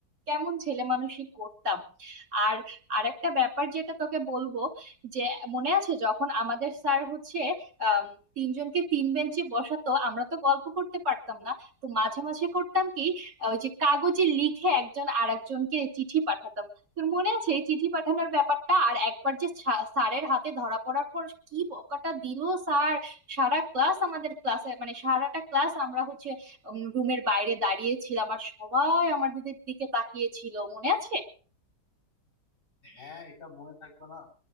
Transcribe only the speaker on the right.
কেমন ছেলে মানুষই করতাম আর আরেকটা ব্যাপার যেটা তোকে বলবো যে মনে আছে যখন আমাদের স্যার হচ্ছে আম, তিনজনকে তিন বেঞ্চে বসাতো আমরা তো গল্প করতে পারতাম না তো মাঝে মাঝে করতাম কি আহ, ওই যে কাগজে লিখে একজন আরেকজনকে চিঠি পাঠাতাম তোর মনে আছে এই চিঠি পাঠানোর ব্যাপারটা আর একবার যে ছা- স্যারের হাতে ধরা পড়ার পর কি বকাটা দিল স্যার সারা ক্লাস আমাদের ক্লাসে মানে সারাটা ক্লাস আমরা হচ্ছে রুমের বাইরে দাঁড়িয়ে ছিলাম আর সবাই আমার দিকে দিকে তাকিয়ে ছিল মনে আছে